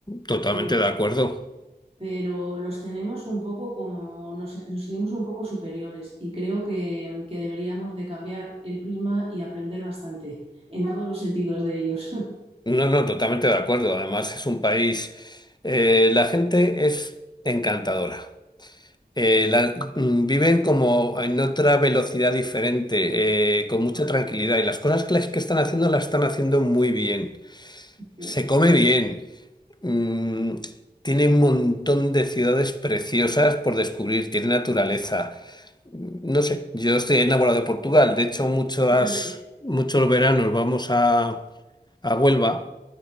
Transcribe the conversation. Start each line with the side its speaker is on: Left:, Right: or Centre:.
Left: Totalmente
Right: pero,
Left: de acuerdo.
Right: pero los tenemos un poco como, nos, nos sentimos un poco superiores y creo que, que deberíamos de cambiar el prisma y aprender bastante en todos los sentidos de ellos.
Left: No, no, totalmente de acuerdo. Además es un país, eh, la gente es encantadora. eh, la- mm, viven como en otra velocidad diferente, eh,
Right: <laughs>
Left: con mucha tranquilidad. Y las cosas que, las- que están haciendo las están haciendo muy bien.
Right: Yo
Left: Se come bien. Mm, tiene un montón de ciudades preciosas por descubrir. Tiene naturaleza. Mm, No sé, yo estoy enamorado de Portugal. De hecho, muchos,
Right: también.
Left: muchos veranos vamos a, a Huelva